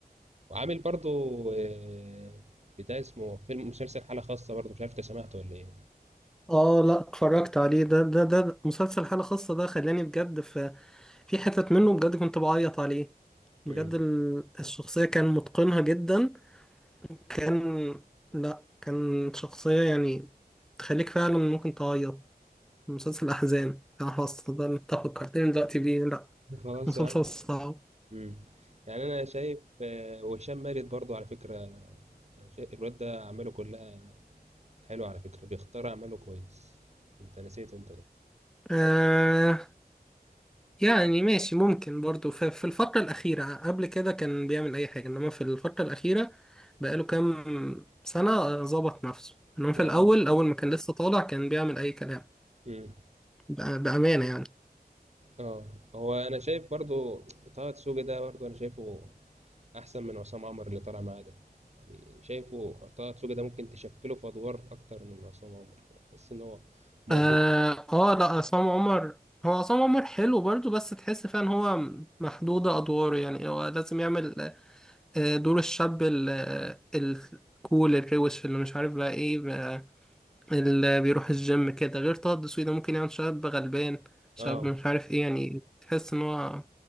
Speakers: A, on the right (about 40°); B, in the centre.
A: وعامل برضو آه، بتاع اسمه فيلم مسلسل حالة خاصة برضو مش عارف انت سمعته ولا ايه
B: اه لا اتفرجت عليه ده ده ده مسلسل حالة خاصة ده خلاني بجد في في حتت منه بجد كنت بعيط عليه
A: مم.
B: بجد ال- الشخصية كان متقنها جدا كان لا كان شخصية يعني تخليك فعلا ممكن تعيط مسلسل الأحزان أنا خلاص نقدر نتفق فكرتني دلوقتي بيه لأ
A: خلاص
B: مسلسل
A: يا عم
B: صعب
A: مم. يعني انا شايف آه، وهشام مارد برضو على فكرة يعني شايف الواد ده اعماله كلها حلوة على فكرة بيختار اعماله كويس انت نسيته انت ده
B: آه يعني ماشي ممكن برضو في, في الفترة الأخيرة قبل كده كان بيعمل أي حاجة إنما في الفترة الأخيرة بقاله كام سنة آه، ظبط نفسه إنما
A: يا
B: في الأول
A: عم
B: أول ما كان لسه طالع كان بيعمل أي كلام
A: مم.
B: بأ- بأمانة يعني
A: اه هو انا شايف برضو طه دسوقي ده برضو انا شايفه احسن من عصام عمر اللي طالع معاه ده يعني شايفه طه دسوقي ده ممكن تشكله في ادوار اكتر من عصام عمر بس ان هو موهوب
B: آه, آه لأ عصام عمر هو عصام عمر حلو برضو بس تحس فعلا هو محدودة أدواره يعني هو لازم يعمل آه، دور الشاب ال- ال- الكول الروش اللي مش عارف بقى ايه بقى اللي بيروح الجيم كده غير طه الدسوقي ده ممكن يعمل شاب غلبان شاب
A: اه
B: مش عارف ايه يعني تحس ان هو